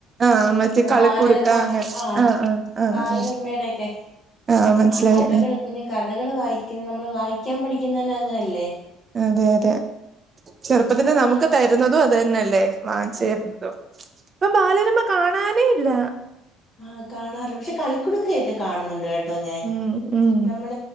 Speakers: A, on the right; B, on the left.
A: ആഹ് മറ്റേ
B: നമ്മുടെ
A: കളിക്കുടുക്ക
B: ബാലരമ
A: അങ്ങനെ
B: ആഹ
A: ആഹ് ആഹ് ആഹ്
B: ബാലരമയുടെ
A: ആഹ്
B: ഒക്കെ
A: ആഹ് മനസ്സിലായി
B: ആ കഥകള്
A: ഉം,
B: കുഞ്ഞു കഥകൾ വായിക്കുന്ന നമ്മള് വായിക്കാൻ പഠിക്കുന്ന തന്നെ അങ്ങനെയല്ലേ..
A: അതെ അതെ.. ചെറുപ്പത്തില്
B: ഇപ്പൊ പിള്ളേ
A: നമുക്ക് തരുന്നതും അത് തന്നെയല്ലേ വാങ്ങിച്ചു
B: ആഹ്
A: തരുന്നതും.. ഇപ്പം ബാലരമ്മ കാണാനേ ഇല്ല..
B: ആഹ കാണാറില്ലോ പക്ഷെ കളിക്കുടുക്കയൊക്കെ കാണുന്നുണ്ട് കേട്ടോ ഞാൻ..
A: ഉം ഉം
B: നമ്മൾ